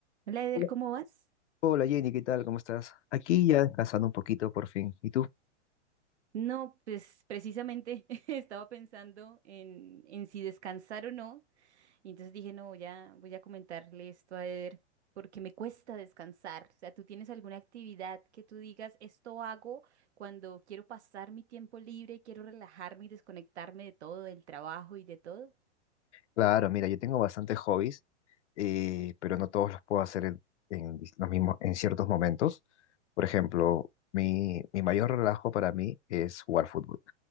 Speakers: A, on the right (about 70°); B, on the left (about 75°).
A: Hola, Eder,
B: Hola
A: ¿cómo vas?
B: Hola, Jenny, ¿qué tal? ¿Cómo estás? Aquí ya descansando un poquito por fin. ¿Y tú?
A: No, pues precisamente <laughs> estaba pensando en, en si descansar o no, y entonces dije, no, voy a, voy a comentarle esto a Eder, porque me cuesta descansar. O sea, ¿tú tienes alguna actividad que tú digas, esto hago cuando quiero pasar mi tiempo libre, quiero relajarme y desconectarme de todo, del trabajo y de todo?
B: Claro, mira, yo tengo bastantes hobbies, eh, pero no todos los puedo hacer en, en dis- los mismos, en ciertos momentos. Por ejemplo, mi, mi mayor relajo para mí es jugar fútbol.